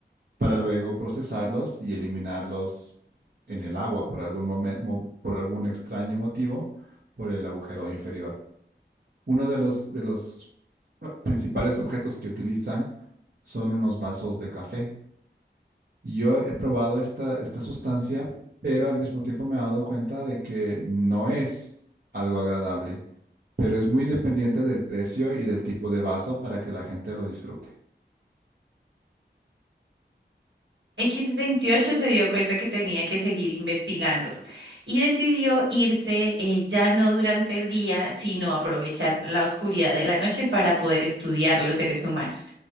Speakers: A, on the right (about 60°); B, on the right (about 85°).
A: para luego procesarlos y eliminarlos en el agua por algún momen- mo- por algún extraño motivo, por el agujero inferior. Uno de los, de los eh, principales objetos que utilizan son unos vasos de café yo he probado esta, esta sustancia, pero al mismo tiempo me he dado cuenta de que no es algo agradable, pero es muy dependiente del precio y del tipo de vaso para que la gente lo disfrute.
B: X28 se dio cuenta que tenía que seguir investigando y decidió irse eh, ya no durante el día, sino aprovechar la oscuridad de la noche para poder estudiar los seres humanos.